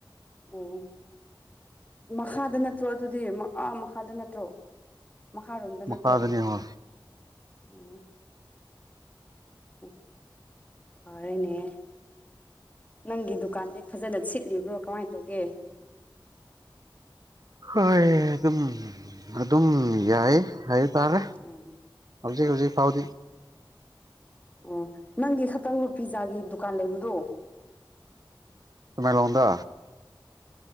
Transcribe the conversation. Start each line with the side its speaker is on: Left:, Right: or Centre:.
Left: ꯑꯣ ꯃꯈꯥꯗ ꯅꯠꯇ꯭ꯔꯣ ꯑꯗꯨꯗꯤ ꯑ ꯃꯈꯥꯗ ꯅꯠꯇ꯭ꯔꯣ ꯃꯈꯥꯔꯣꯝꯗ
Right: ꯃꯈꯥꯗꯅꯤ
Left: ꯅꯠꯇ꯭ꯔꯣ
Right: ꯍꯣꯏ
Left: ꯑꯣ ꯎ ꯐꯌꯦꯅꯦ ꯅꯪꯒꯤ ꯗꯨꯀꯥꯟꯗꯤ ꯐꯖꯅ ꯁꯤꯠꯂꯤꯕ꯭ꯔꯣ ꯀꯃꯥꯏ ꯇꯧꯒꯦ
Right: ꯍꯣꯏ ꯑꯗꯨꯝ ꯑꯗꯨꯝ ꯌꯥꯏ ꯍꯥꯏ ꯇꯥꯔꯦ
Left: ꯑꯣ
Right: ꯍꯧꯖꯤꯛ ꯍꯧꯖꯤꯛ ꯐꯥꯎꯗꯤ
Left: ꯑꯣ ꯅꯪꯒꯤ ꯈꯛꯇꯪ ꯄꯤꯖꯥꯒꯤ ꯗꯨꯀꯥꯟ ꯂꯩꯕꯗꯣ
Right: ꯇꯥꯃꯦꯡꯂꯣꯝꯗ